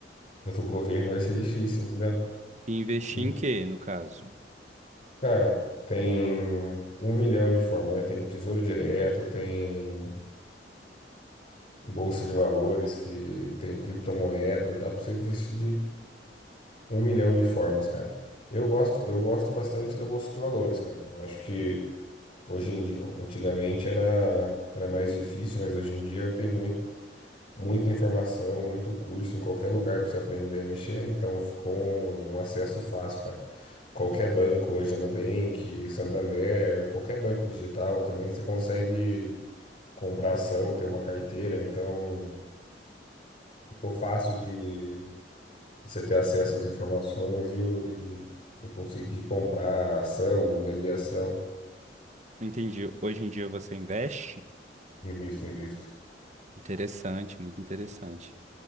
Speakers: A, on the left; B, on the right.
A: pelo governo vai ser difícil, entendeu?
B: E investir
A: Hum,
B: em quê, no caso?
A: Cara, tem um milhão de formas, né? Tem Tesouro Direto, tem Bolsa de Valores, que tem criptomoeda, dá pra você investir de Um milhão de formas, cara. Eu gosto, eu gosto bastante da Bolsa de Valores, cara. Eu acho que hoje em dia, antigamente era, era mais difícil, mas hoje em dia tem muito, muita informação, muito curso em qualquer lugar para você aprender a mexer, então ficou um, um acesso fácil, cara. Qualquer banco hoje, Nubank, Santander, qualquer banco digital também, você consegue comprar ação, ter uma carteira, então ficou fácil de Você ter acesso às informações e, o- e, e conseguir comprar ação, vender ação.
B: Entendi. Hoje em dia você investe?
A: Invisto, invisto.
B: Interessante, muito interessante.